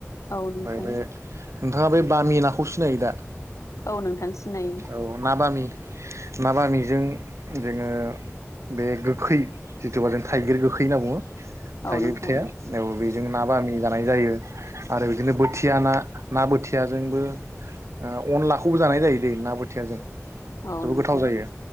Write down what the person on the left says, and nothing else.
औ नोंथां
औ नोंथां सिनायो।
औ नोंथां
औ
नोंथां